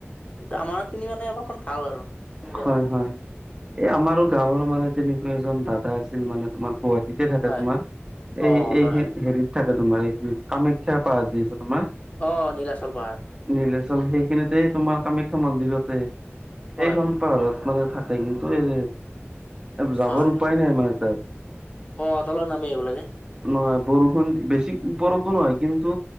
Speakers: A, on the left (about 30°); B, on the right (about 20°).
A: এই আমাৰ খিনি মানে অলপমান ভাল আৰু। এইখিনি জেগাত
B: হয় হয়, এই আমাৰো গাঁৱৰ মানে তেনেকুৱা এজন দাদা আছিল, মানে তোমাৰ। গুৱাহাটীতে থাকে
A: হয়
B: তোমাৰ।
A: অ
B: এই এই
A: হয় হয়
B: হেৰিত থাকে, তোমাৰ এখিনি কামাখ্যা পাহাৰ যে আছে। তোমা
A: অ নীলাচল পাহাৰ
B: নিলে। আৰু সেইখিনিতেই তোমাৰ কামাখ্যা মন্দিৰতে। সেইখন।
A: হয়
B: পাহাৰত মানে থাকে। কিন্তু এই। যাবৰ
A: হয়
B: উপায়
A: হয়
B: নাই মানে তাত।
A: অ তলত নামি আহিব লাগে
B: নহয় বৰষুণ, বেছি ওপৰতো নহয় কিন্তু